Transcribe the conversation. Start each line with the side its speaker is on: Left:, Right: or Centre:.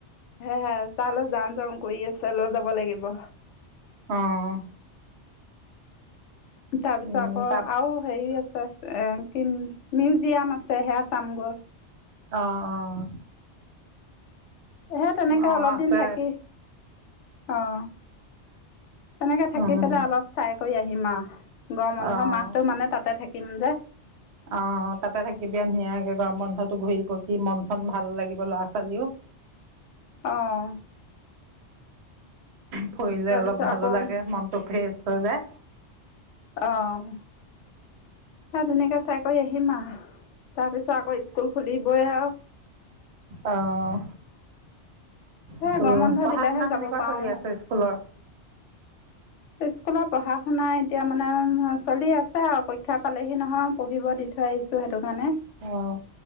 Left: হে হে তাৰলে যাওঁ যাওঁ কৰি আছে লৈ যাব লাগিব।
Right: অঁ।
Left: তাৰ পিছত
Right: উম,
Left: আকৌ
Right: তাত
Left: আৰু হেৰি আছে এ মিউজিয়াম আছে সেয়া চাম গৈ।
Right: অঁ অঁ।
Left: হে তেনেকে
Right: অ',
Left: অলপ
Right: আছে
Left: দিন থাকি অঁ। তেনেকে থাকি
Right: উম,
Left: পেলাই অলপ চাই কৰি আহিম আও। গৰম বন্ধ
Right: অ',
Left: মাহটো মানে তাতে থাকিম যে।
Right: অঁ তাতে থাকিবি ধুনীয়াকে গৰম বন্ধতটো ঘূৰি পকি মন চন ভাল লাগিব ল'ৰা ছোৱালীও।
Left: অঁ।
Right: ফুৰিলে
Left: তাৰপিছত
Right: অলপ ভালো
Left: আকৌ
Right: লাগে মনতটো ফ্ৰেছ হৈ যায়।
Left: অঁহ, মই ধুনীয়াকে চাই কৰি আহিম আও। তাৰপিছত আকৌ স্কুল খুলিবই আও।
Right: অঁ,
Left: সেই
Right: স্কুল
Left: গৰম বন্ধ
Right: পঢ়া
Left: দিলেহে
Right: শুনা কেনেকুৱা
Left: যাব পাৰোঁ
Right: চলি আছে স্কুলৰ?
Left: স্কুলত পঢ়া শুনা এতিয়া মানে চলি আছে আও পৰীক্ষা পালেহি নহয় পঢ়িব দি থৈ আহি ছো সেইটোকাৰণে।
Right: অঁ,